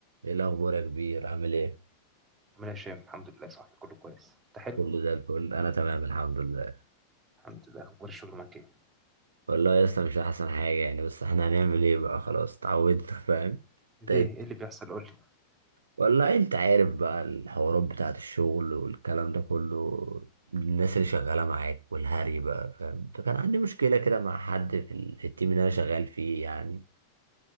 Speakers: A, on the right; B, on the right.
A: ايه الاخبار يا كبير عامل ايه
B: عامل ايه يا هشام الحمد لله صح كله كويس انت حلو
A: كله زي الفل انا تمام الحمد لله
B: الحمد لله اخبار الشغل معاك ايه
A: والله يا اسطى مش احسن حاجه يعني بس احنا هنعمل ايه بقى خلاص اتعودنا <laughs> فاهم
B: ليه
A: ت-
B: ايه اللي بيحصل قول لي
A: والله انت عارف بقى الحوارات بتاعت الشغل والكلام ده كله الناس اللي شغاله معاك والهري بقى فاهم فكان عندي مشكله كده مع حد في ال- في التيم اللي انا شغال فيه يعني